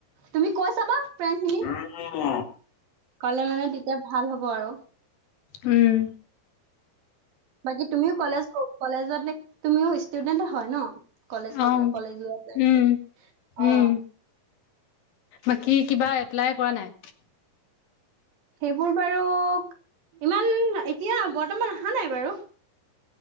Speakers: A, on the right; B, on the left.
A: তুমি কৈ চাবা, ফ্ৰেণ্ড খিনি।
B: অ'।
A: ক'লে মানে তেতিয়া ভাল হ'ব আৰু।
B: উম।
A: বাকী তুমিও কলেজ, কলেজতেই, তুমি ষ্টুডেণ্টেই হয় ন! কলেজ কৰি,
B: অ',
A: কলেজ
B: উম,
A: <unintelligible>
B: উম,
A: অ।
B: বাকী, কিবা এপ্লাই কৰা নাই?
A: সেইবোৰ বাৰু, ইমান বৰ্তমান এতিয়া অহা নাই বাৰু!